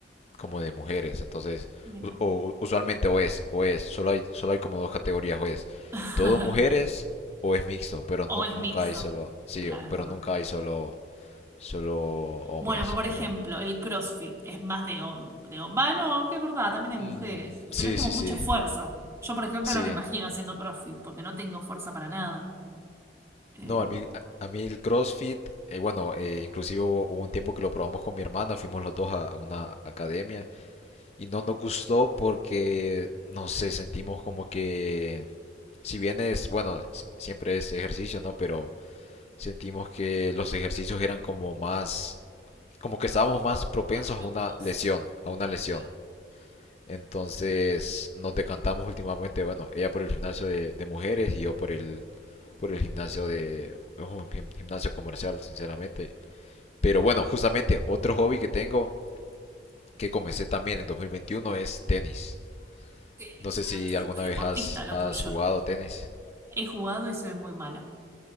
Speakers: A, on the left; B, on the right.
A: como de mujeres, entonces
B: Mira.
A: u- o- usualmente o es o es, solo hay solo hay como dos categorías o es
B: <laughs>
A: todo mujeres o es mixto, pero
B: O
A: no
B: es
A: nunca
B: mixto.
A: hay solo sí,
B: Claro,
A: o- pero
B: es verdad.
A: nunca hay solo solo hombres,
B: Bueno, pero por
A: pero
B: ejemplo, el CrossFit es más de hom- de hom- Va, no, que es verdad, también hay mujeres,
A: mm, sí,
B: pero es como
A: sí,
B: mucha
A: sí,
B: fuerza. Yo, por ejemplo,
A: sí,
B: no me imagino haciendo CrossFit porque no tengo fuerza para nada. Eh,
A: No, a mí, a mí el CrossFit, eh, bueno, eh, inclusive hubo, hubo un tiempo que lo probamos con mi hermana, fuimos los dos a, a una academia y no nos gustó porque, no sé, sentimos como que, si bien es, bueno, si- siempre es ejercicio, ¿no? Pero sentimos que los ejercicios eran como más, como que estábamos más propensos
B: más bruscos,
A: a una lesión, a una lesión.
B: claro.
A: Entonces nos decantamos últimamente, bueno, ella por el gimnasio de, de mujeres y yo por el por el gimnasio de un gimnasio comercial, sinceramente. Pero bueno,
B: Eh,
A: justamente otro hobby que tengo que comencé también en 2021 es tenis.
B: tenis,
A: No sé si
B: ah, todo
A: alguna
B: muy deportista
A: vez has,
B: lo
A: has
B: tuyo.
A: jugado tenis.
B: He jugado y soy muy mala.